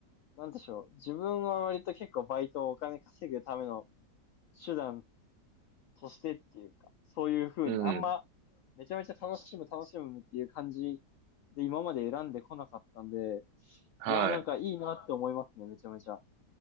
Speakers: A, on the left; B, on the right.
A: なんでしょう。自分は割と結構バイトをお金稼ぐための手段としてっていうか、そういう風にあんま、
B: うん。
A: めちゃめちゃ楽しむ、楽しむっていう感じで今まで選んでこなかったんで、
B: はい。
A: いやーなんかいいなって思いますね、めちゃめちゃ。